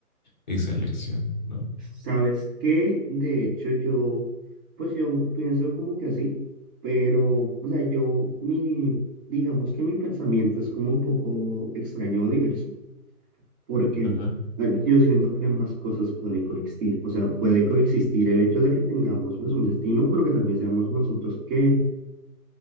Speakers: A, on the left; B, on the right.
A: esa elección, ¿no?
B: Sabes que, de hecho, yo, pues yo pienso como que así, pero, o sea, yo, mi, digamos que mi pensamiento es como un poco extraño o diverso, porque
A: Ajá.
B: eh, yo siento que ambas cosas pueden coexistir. O sea, puede coexistir el hecho de que tengamos pues un destino, pero que también seamos nosotros que,